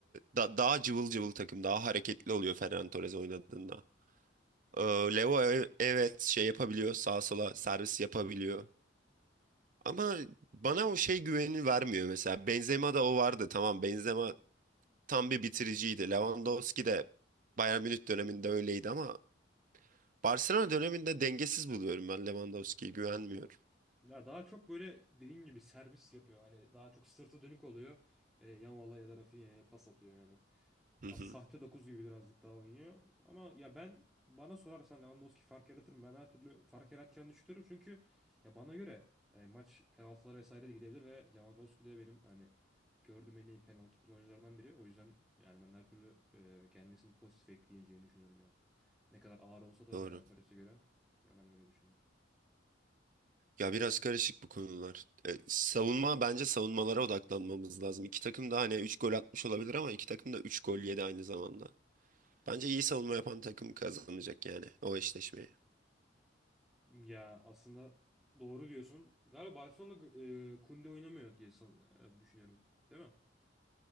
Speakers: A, on the right; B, in the centre.
A: da- daha cıvıl cıvıl takım, daha hareketli oluyor Ferran Torres oynadığında. E, Leo e- evet şey yapabiliyor, sağa sola servis yapabiliyor. Ama bana o şey güvenini vermiyor mesela. Benzema'da o vardı. Tamam Benzema tam bir bitiriciydi. Lewandowski de Bayern Münih döneminde öyleydi ama Barcelona döneminde dengesiz buluyorum ben Lewandowski'yi güvenmiyorum.
B: Ya daha çok böyle dediğin gibi servis yapıyor. Hani daha çok sırtı dönük oluyor. E, Yamal'a ya da Rafinha'ya pas atıyor yani.
A: Hı hı,
B: Ya sahte 9 gibi birazcık daha oynuyor. Ama ya ben bana sorarsan Lewandowski fark yaratır mı? Ben her türlü fark yaratacağını düşünüyorum. Çünkü ya bana göre e, maç penaltılara vesaire de gidebilir ve Lewandowski de benim hani gördüğüm en iyi penaltı kullanıcılarından biri. O yüzden yani ben her türlü e, gelmesini pozitif ekleyeceğini düşünüyorum yani. Ne kadar ağır olsa da
A: doğru.
B: Ferran Torres'e göre ya ben öyle düşünüyorum.
A: Ya biraz karışık bu konular. E, savunma bence savunmalara odaklanmamız lazım. İki takım da hani 3 gol atmış olabilir ama iki takım da 3 gol yedi aynı zamanda. Bence iyi savunma yapan takım kazanacak yani o eşleşmeyi.
B: Ya aslında doğru diyorsun. Galiba Barcelona'da e, Kunde oynamıyor diye san- e, düşünüyorum. Değil mi?